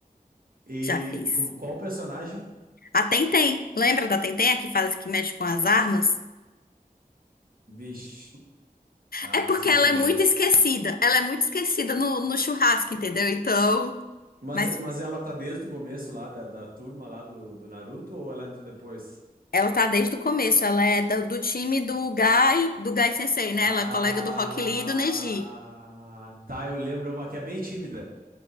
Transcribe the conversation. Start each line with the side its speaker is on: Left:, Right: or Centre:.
Right: E
Left: já fiz.
Right: co- qual o personagem?
Left: A Tenten, lembra da Tenten, a que faz, que mexe com as armas?
Right: Vixe. Ah,
Left: É
Right: não
Left: porque
Right: sei
Left: ela
Right: se lembro.
Left: é muito esquecida. Ela é muito esquecida no, no churrasco, entendeu? Então,
Right: Mas,
Left: mas
Right: mas ela tá desde o começo lá da, da turma lá do, do Naruto ou ela entra depois?
Left: ela tá desde o começo. Ela é do, do time do Gai, do Gai Sensei,
Right: Ah,
Left: né? Ela é colega do Rock Lee e do Neji.
Right: tá, eu lembro uma que é bem tímida.